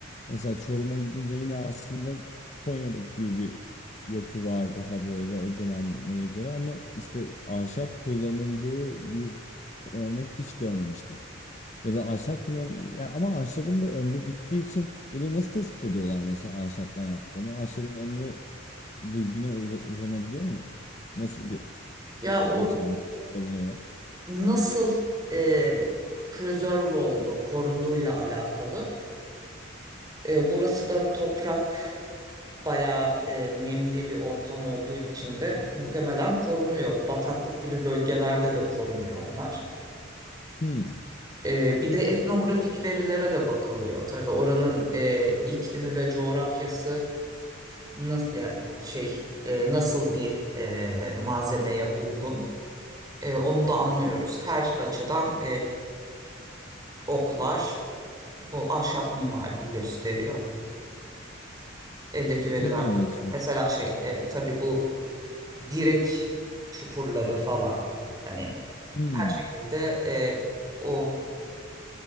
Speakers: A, on the left; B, on the right.
A: Mesela Çorum'a gidince yine aslında Konya'daki gibi bir yapı var daha böyle o dönemlere göre ama işte ahşap kullanıldığı bir örnek hiç görmemiştim. Ya da ahşap kullan ya ama ahşabın da ömrü bittiği için bunu nasıl tespit ediyorlar mesela ahşaptan yaptıklarını? Ahşabın ömrü bugüne uza- uzanabiliyor mu? Nasıl bir
B: Ya
A: yöntemle
B: o
A: bunu öğreniyorlar?
B: nasıl e, preserve olduğu, korunduğuyla alakalı. E, burası da toprak bayağı e, nemli bir ortam olduğu için de muhtemelen korunuyor. Bataklık gibi bölgelerde de korunuyor onlar.
A: Hmm.
B: E, bir de etnografik verilere de bakılıyor. Tabii oranın e, iklimi ve coğrafyası nas- ya şey e, nasıl bir e, malzemeye uygun. E, onu da anlıyoruz.
A: <laughs>
B: Her açıdan oklar bu ahşap mimariyi gösteriyor. Eldeki veriler
A: Çok ilginçmiş.
B: böyle. Mesela şey e, tabii bu direk çukurları falan hani
A: Hmm.
B: her şekilde e, o